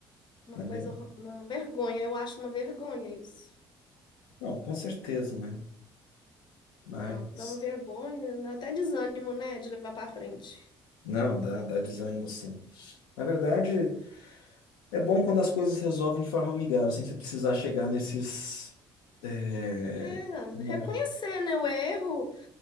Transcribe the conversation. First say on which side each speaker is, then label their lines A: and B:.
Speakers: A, on the left (about 40°); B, on the left (about 75°).
A: Uma
B: é
A: coisa,
B: mesmo.
A: horro- uma vergonha, eu acho uma vergonha isso.
B: Não, com certeza, né?
A: Dá,
B: Mas
A: dá uma vergonha, dá até desânimo, né, de levar para frente.
B: não, dá, dá desânimo sim. Na verdade. É bom quando as coisas resolvem de forma amigável, sem você precisar chegar nesses. É,
A: É,
B: momentos.
A: reconhecer, né, o erro,